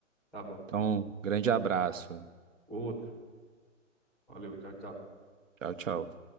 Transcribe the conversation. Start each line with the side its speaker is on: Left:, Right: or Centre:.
Centre: Tá bom.
Right: Então, grande abraço.
Centre: Outro. Valeu. Tchau, tchau.
Right: Tchau, tchau.